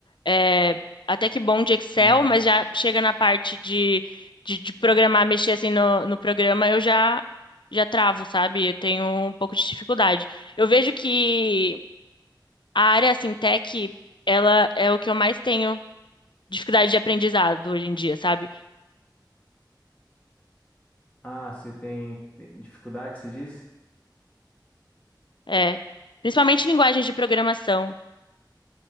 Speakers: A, on the left; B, on the left.
A: é, até que bom de Excel,
B: Hum.
A: mas já chega na parte de, de, de programar, mexer assim no, no programa, eu já, já travo, sabe? Eu tenho um pouco de dificuldade. Eu vejo que a área, assim, tech, ela é o que eu mais tenho dificuldade de aprendizado hoje em dia, sabe?
B: Ah, você tem tem dificuldade, você diz?
A: É, principalmente linguagens de programação.